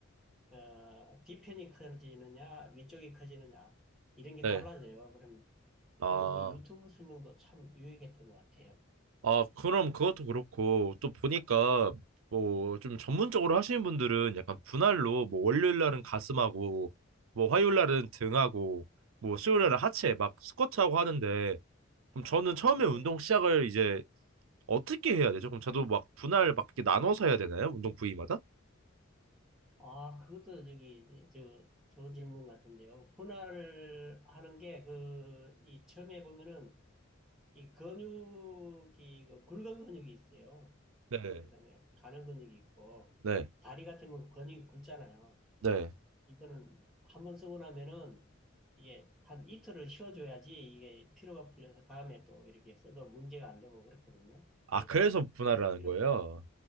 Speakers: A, in the centre; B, on the right (about 85°).
A: 어, 뒤편이 커지느냐, 위쪽이 커지느냐, 이런 게
B: 네.
A: 달라져요. 그럼,
B: 아,
A: 그래서 그 유튜브 설명도 참 유익했던 것 같아요.
B: 아 그럼 그것도 그렇고 또 보니까 뭐 좀 전문적으로 하시는 분들은 약간 분할로 뭐 월요일 날은 가슴하고 뭐 화요일 날은 등하고 뭐 수요일 날은 하체 막 스쿼트하고 하는데. 그럼 저는 처음에
A: 예.
B: 운동 시작을 이제 어떻게 해야 되죠? 그럼 저도 막 분할 막 이렇게 나눠서 해야 되나요? 운동 부위마다?
A: 아, 그것도 저기, 저, 좋은 질문 같은데요. 분할을 하는 게, 그, 이, 처음에 보면은, 이 근육이, 그 굵은 근육이 있어요.
B: 네.
A: 그 다음에 가는 근육이 있고,
B: 네,
A: 다리 같은 면 근육이 굵잖아요.
B: 네.
A: 이거는 한번 쓰고 나면은 이게 한 이틀을 쉬어줘야지 이게 피로가 풀려서 다음에 또 이렇게 써도 문제가 안 되고 그렇거든요.
B: 아,
A: 네.
B: 그래서 분할을 하는
A: 피로-
B: 거예요?